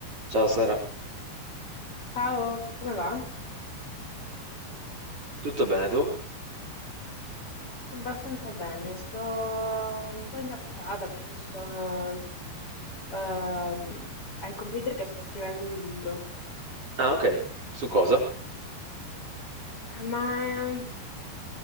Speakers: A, on the right; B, on the left.
A: Ciao Sara,
B: Ciao, come va?
A: tutto bene tu?
B: Abbastanza bene, sto un po' indaffarata perché sono ehm, al computer che sto scrivendo un libro,
A: Ah, ok. Su cosa?
B: ma eh,